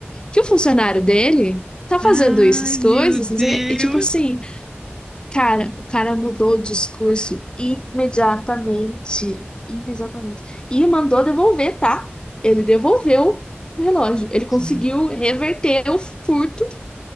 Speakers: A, on the left (about 25°); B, in the centre.
A: que o funcionário dele tá fazendo
B: Ai,
A: essas coisas,
B: meu Deus
A: não sei o quê. E tipo assim,
B: do
A: Cara, o cara mudou o discurso imediatamente. Imediatamente. E mandou devolver, tá? Ele devolveu o relógio. Ele conseguiu
B: céu.
A: reverter o furto.